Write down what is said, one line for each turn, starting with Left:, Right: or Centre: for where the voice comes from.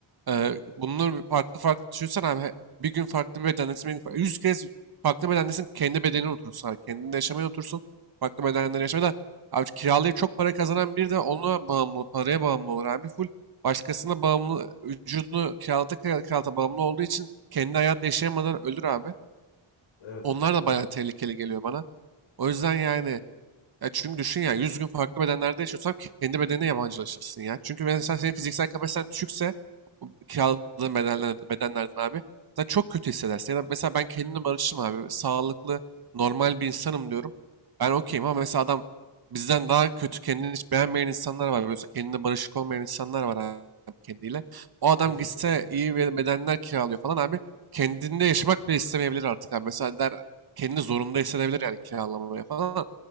Right: Ee, bunları farklı farklı düşünsen abi he- bir gün farklı bir bedendesin, bir gün farklı, 100 kez farklı bedendesin kendi bedenine oturursun abi. Kendinde yaşamaya otursun. Farklı bedenlerde yaşamaya da abi kiralayıp çok para kazanan biri de ona bağımlı, paraya bağımlı olur abi. Full başkasına bağımlı, vücudunu kiralata kiralata bağımlı olduğu için kendi hayat yaşayamadan ölür abi.
Left: Evet.
Right: Onlar da
Left: Evet.
Right: bayağı tehlikeli geliyor bana. O yüzden yani ya çünkü düşün ya 100 gün farklı bedenlerde yaşıyorsan kendi bedenine yabancılaşırsın ya. Çünkü mesela senin fiziksel kapasiten düşükse bu kiraladığın bedenler, bedenlerden abi sen çok kötü hissedersin. Ya da mesela ben kendimle barışım abi. Sağlıklı, normal bir insanım diyorum. Ben okeyim ama mesela adam bizden daha kötü kendini hiç beğenmeyen insanlar var. Mesela kendine barışık olmayan insanlar var abi kendiyle. O adam
Left: Kesinlikle.
Right: gitse iyi bir bedenler kiralıyor falan abi. Kendinde yaşamak bile istemeyebilir artık abi. Mesela der kendini zorunda hissedebilir yani kiralamaya falan.